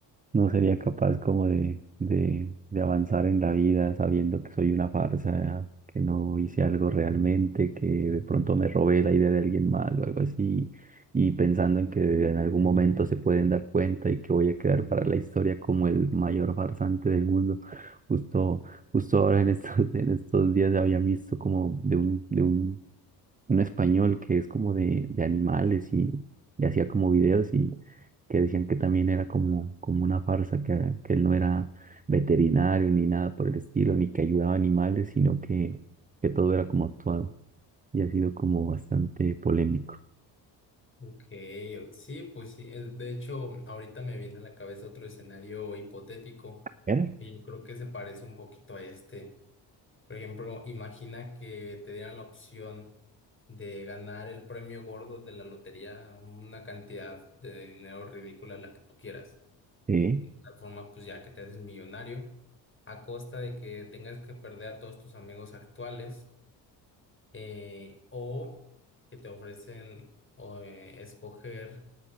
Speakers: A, on the right (about 15°); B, on the left (about 25°).
A: no sería capaz como de, de, de avanzar en la vida sabiendo que soy una farsa, que no hice algo realmente, que de pronto me robé la idea de alguien más o algo así, y pensando en que en algún momento se pueden dar cuenta y que voy a quedar para la historia como el mayor farsante del mundo. Justo, justo ahora en estos, <laughs> en estos días había visto como de de un de un un español que es como de, de animales y, y hacía como videos y que decían que también era como, como una farsa, que, ah, que él no era veterinario ni nada por el estilo, ni que ayudaba a animales, sino que, que todo era como actuado y ha sido como bastante polémico.
B: Ok, o- sí, pues sí. eh, De hecho, ahorita me viene a la cabeza otro escenario hipotético
A: ¿Era?
B: y yo creo que se parece un poquito a este. Por ejemplo, imagina que te dieran la opción de ganar el premio gordo de la lotería, una cantidad de dinero ridícula, la que tú quieras.
A: Sí.
B: De tal forma, pues ya que te haces millonario, a costa de que tengas que perder a todos tus amigos actuales, eh, o que te ofrecen o, eh, escoger